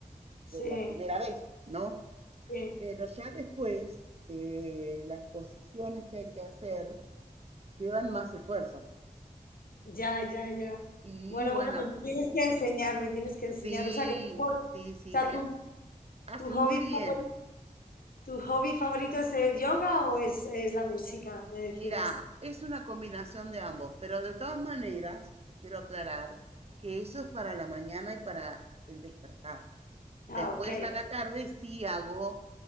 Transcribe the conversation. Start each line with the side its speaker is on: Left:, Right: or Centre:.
Right: de
Left: sí,
Right: la primera vez, ¿no?
Left: sí.
Right: Pero ya después, eh, las posiciones que hay que hacer llevan más esfuerzo.
Left: Ya, ya, ya.
Right: Y
Left: Bueno,
Right: bueno,
Left: bueno, pues me tienes que enseñar, me tienes que enseñar.
Right: sí,
Left: O sea, que tu, ho- o
Right: sí, sí,
Left: sea,
Right: ¿eh?
Left: tu,
Right: Hace
Left: tu hobby
Right: muy bien.
Left: favorito ¿Tu hobby favorito es el yoga o es, es la música? Me decías.
Right: Mira, es una combinación de ambos, pero de todas maneras, quiero aclarar que eso es para la mañana y para el despertar.
Left: Ah,
Right: Después
Left: ok.
Right: a la tarde sí hago